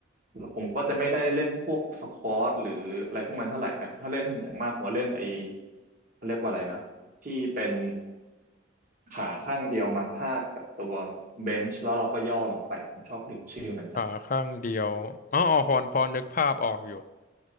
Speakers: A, on the right (about 40°); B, on the left (about 40°).
A: ผมก็จะไม่ได้เล่นพวกสควอตหรืออะไรพวกนั้นเท่าไหร่นะถ้าเล่นอย่างมากผมก็เล่นไอเขาเรียกว่าอะไรนะที่เป็นขาข้างเดียวมาพาดกับตัวเบนช์แล้วเราก็ย่อลงไปผมชอบลืมชื่อมันจัง
B: ขาข้างเดียวอ๋ออ๋อพอพอนึกภาพออกอยู่